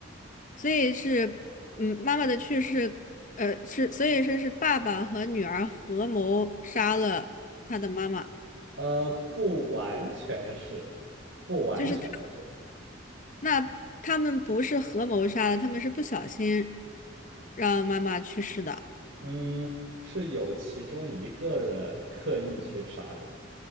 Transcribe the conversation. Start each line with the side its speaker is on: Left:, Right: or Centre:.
Left: 所以是，嗯，妈妈的去世，呃，是，所以说是爸爸和女儿合谋杀了他的妈妈，
Right: 呃，不完全是，不完全是，
Left: 就是他，那他们不是合谋杀的，他们是不小心让妈妈去世的。
Right: 嗯，是有其中一个人刻意去杀的，